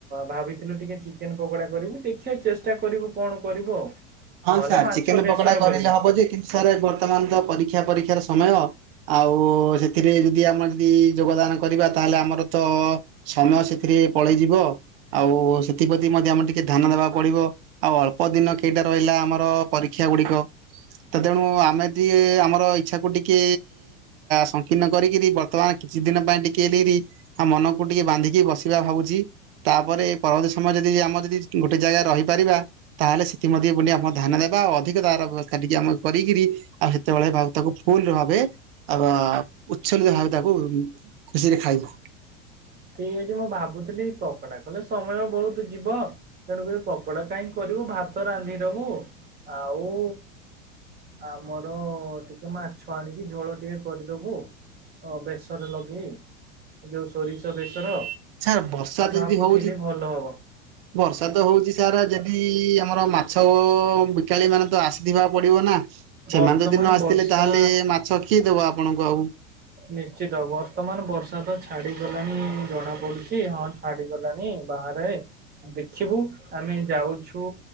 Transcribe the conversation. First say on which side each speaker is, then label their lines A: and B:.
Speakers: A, on the right; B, on the right.
A: ଭାବିଥିଲୁ ଟିକେ। ଟିକେ ଚିକେନ ପକୋଡା କରିବୁ ଦେଖିବା ଚେଷ୍ଟା କରିବୁ କଣ କରିବୁ ଆଉ।
B: ହଁ
A: ନହେଲେ
B: ସାର୍
A: ମାଛ
B: ଚିକେନ
A: ବେସର
B: ପକୋଡା କରିଲେ
A: କରିବୁ।
B: ହବ ଯେ କିନ୍ତୁ ସାର୍ ବର୍ତ୍ତମାନ ତ ପରୀକ୍ଷା ପରୀକ୍ଷାର ସମୟ ଆ ଆଉ ସେଥିରେ ଯଦି ଆମର ଯଦି ଯୋଗଦାନ କରିବା। ତାହେଲେ ଆମର ତ ସମୟ ସେଥିରେ ପଳେଇଯିବ ଆଉ ସେଥିପ୍ରତି ମଧ୍ୟ ଆମର ଟିକେ ଧ୍ୟାନ ଦ ବା ପଡିବ ଆଉ ଅଳ୍ପ ଦିନ କେଇଟା ରହିଲା ଆମର ପରୀକ୍ଷା ଗୁଡିକ। ତ ତେଣୁ ଆମେ ଦି ଆମର ଇଚଛା କୁ ଟିକେ ସଂକୀର୍ଣ୍ଣ କରିକିରି ବର୍ତ୍ତମାନ କିଛି ଦିନ ପାଇଁ ଟିକେ କେ ଡେରି ଆ ମନକୁ ଟିକେ ବାନ୍ଧିକି ବସିବା ଭାବୁଚି ତାପରେ ପରବର୍ତୀ ସମୟ ଯଦି ଆମ ଯଦି ଗୋଟେ ଜାଗା ରହିପାରିବା ତାହେଲେ ଇମଧ୍ୟ ବୋଲି ଆମେ ଧ୍ୟାନ ଦେବା ଆଉ ଅଧିକ ତାର ବ୍ୟବସ୍ଥା ଟିକେ ଆମେ କରିକିରି ଆଉ ସେତେବେଳେ ଭଉ ତାକୁ ଫୁଲ ଭାବେ ଆଉ ଉଚ୍ଛଲ୍ୟ ଭାବେ ତାକୁ ଖୁସିରେ ଖାଇବୁ।
A: ଠିକ ଅଛି ମୁଁ ଭାବୁଥିଲି ପକୋଡା କଲେ ସମୟ ବହୁତ ଯିବ ତେଣୁକରି ଏ ପକୋଡା କାହିଁ କରିବୁ ଭାତ ରାନ୍ଧିଦବୁ। ଆଉ ଆମର ଟିକେ ମାଛ ଆଣିକି ଝୋଳ ଟିକେ କରିଦବୁ। ହଁ ବେେଶରେ ଲଗେଇ ଯୋଉ ସୋରିଷ ବେ ର
B: ସାର୍ ବର୍ଷା
A: ଭାବୁଥିଲି
B: ଯଦି ହଉଛି
A: ଭଲ ହବ।
B: ବର୍ଷା ତ ହଉଚି ସାର ଯଦି ଆମର ମା ଛବୁ ବିକାଳି ମାନେ ତ ଆସିଥିବା ପଡ଼ିବ ନା?
A: ବର୍ତ୍ତମାନ
B: ସେମାନେ ଯଦି ନ ଆସିଥିଲେ
A: ବର୍ଷା
B: ତାହେଲେ ମାଛ କିଏ ଦେବ ଆପଣଙ୍କୁ ଆଉ।
A: ନିଶ୍ଚିତ ବର୍ତ୍ତମାନ ବର୍ଷା ତ ଛାଡିଗଲାଣି ଜଣା ପଡୁଚି ହଁ ଛାଡିଗଲାଣି। ବାହାରେ ଦେଖିବୁ ଆମେ ଯାଉଛୁ